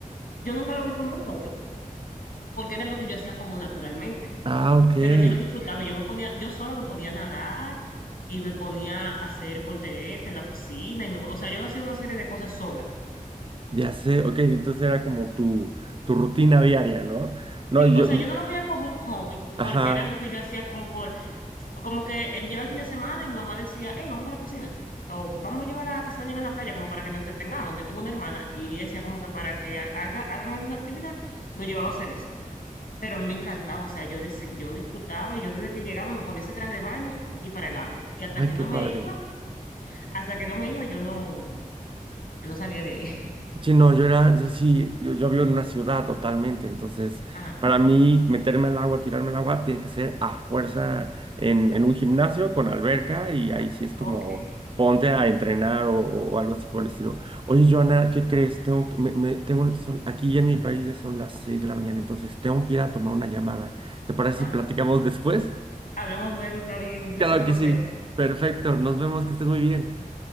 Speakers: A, on the left; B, on the right.
A: Yo nunca lo vi como un hobby, porque era lo que yo hacía como naturalmente,
B: ah, ok.
A: pero yo lo disfrutaba, y yo me ponía, yo solo me ponía a nadar y me ponía a hacer volteretas en la piscina, y me, o sea, yo hacía una serie de cosas sola.
B: Ya sé. Ok, entonces era como tu, tu rutina diaria, ¿no? No,
A: Sí,
B: yo,
A: o sea,
B: y-
A: yo no lo veía como un hobby,
B: ajá.
A: porque era algo que yo hacía como por como que él llega el fin de semana y mi mamá decía, hey, vamos a la piscina. O vamos a llevarla a que se bañen en la playa, como para que nos entretengamos. Yo tengo una hermana y ella decía como que para que ha- haga- hagan alguna actividad, nos llevaba a hacer eso. Pero a mí me encantaba, o sea, yo, deci- yo disfrutaba y yo desde que llegaba me ponía ese traje de baño y para el agua. Y hasta
B: Ay,
A: que no
B: qué padre.
A: me iba, hasta que no me iba, yo no, no salía de ahí. <laughs>
B: Sí, no, yo era, yo sí, yo, yo vivo en una ciudad totalmente, entonces
A: Ajá,
B: para mí meterme al agua, tirarme al agua, tiene que ser a fuerza en, en un gimnasio con alberca y ahí sí es como
A: ok.
B: ponte a entrenar o, o- o algo así por el estilo. Oye, Joana, ¿qué crees? Tengo, que- me, me- tengo, son- aquí en mi país ya son las 6 de la mañana, entonces tengo que ir a tomar una llamada. ¿Te parece
A: Ah,
B: si platicamos después?
A: hablamos luego, está bien, un placer
B: Claro
A: conocerte.
B: que sí, perfecto, nos vemos, que estés muy bien.